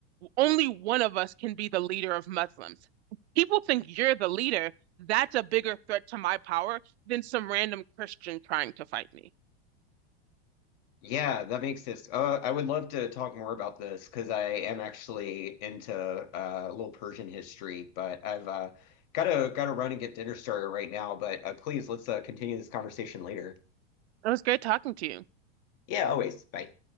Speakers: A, on the right (about 80°); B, on the left (about 40°).
A: only one of us can be the leader of Muslims. People think you're the leader. That's a bigger threat to my power than some random Christian trying to fight me.
B: Yeah, that makes sense. Uh, I would love to talk more about this because I am actually into uh, a little Persian history, but I've uh, gotta gotta run and get dinner started right now. But uh, please, let's uh, continue this conversation later.
A: It was great talking to you.
B: Yeah, always. Bye.